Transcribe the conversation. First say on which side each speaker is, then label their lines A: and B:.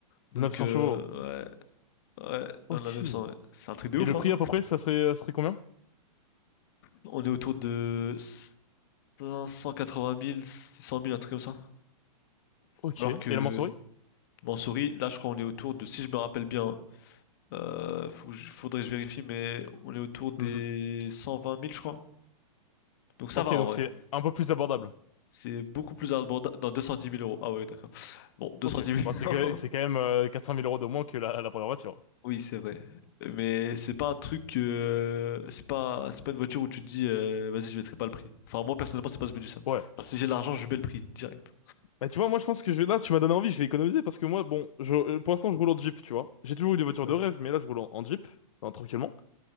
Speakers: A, on the left (about 35°); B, on the left (about 60°).
A: Donc,
B: Neuf cents
A: euh,
B: chevaux.
A: ouais, ouais,
B: Ok.
A: on a 900,
B: Et
A: ouais. C'est un truc de ouf,
B: le
A: hein.
B: prix, à peu près, ça serait, ça serait combien?
A: On est autour de 580 000, 600 000, un truc comme ça.
B: Ok.
A: Alors que
B: Et la mensurie?
A: Mansouri, là, je crois, on est autour de, si je me rappelle bien, euh, faut que je- faudrait que je vérifie, mais on est autour des
B: Mhm.
A: 120 000, je crois. Donc ça
B: Ok,
A: va en
B: donc
A: vrai.
B: c'est un peu plus abordable.
A: C'est beaucoup plus abordable. Dans 210 000 euros. Ah ouais, d'accord. Bon, 210
B: Ok.
A: 000
B: Bon, c'est,
A: euros.
B: que- c'est
A: <laughs>
B: quand même euh, 400 mille euros de moins que la, la première voiture.
A: Oui, c'est vrai. Mais c'est pas un truc. euh, C'est pas... c'est pas une voiture où tu te dis, euh, vas-y, je mettrai pas le prix. Enfin, moi, personnellement, c'est pas ce que je me dis ça.
B: Ouais.
A: Alors, si j'ai l'argent, je mets le prix direct.
B: Bah, tu vois, moi, je pense que je, vais- là, tu m'as donné envie, je vais économiser parce que moi, bon, je, euh, pour l'instant, je roule en Jeep, tu vois. J'ai toujours eu des voitures
A: Ouais.
B: de rêve, mais là, je roule en, en Jeep, hein, tranquillement.